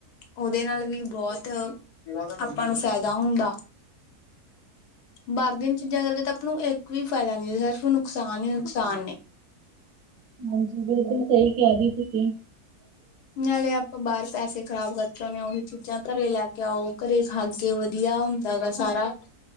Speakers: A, on the left; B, on the right.
A: ਉਹਦੇ ਨਾਲ ਵੀ ਬਹੁਤ ਆਪਾਂ ਨੂੰ ਫਾਇਦਾ ਹੁੰਦਾ ਬਾਹਰ ਦੀਆਂ ਚੀਜ਼ਾਂ ਕਰਕੇ ਤਾਂ ਆਪ ਨੂੰ ਇੱਕ ਕੋ ਫਾਇਦਾ ਨੀ ਸਿਰਫ਼ ਨੁਕਸਾਨ ਈ ਨੁਕਸਾਨ ਨੇ।
B: ਹਾਂਜੀ, ਬਿਲਕੁਲ ਸਹੀ ਕਹਿ ਰਹੀ ਤੁਸੀਂ।
A: ਨਾਲੇ ਆਪਾਂ ਬਾਹਰ ਪੈਸੇ ਖ਼ਰਾਬ ਕਰਕੇ ਆਉਦੇ ਆ। ਉਹੀ ਚੀਜ਼ਾਂ ਘਰੇ ਲੈ ਕੇ ਆਓ ਘਰੇ ਖਾਗੇ ਵਧੀਆ ਦਾ ਗਾ ਸਾਰਾ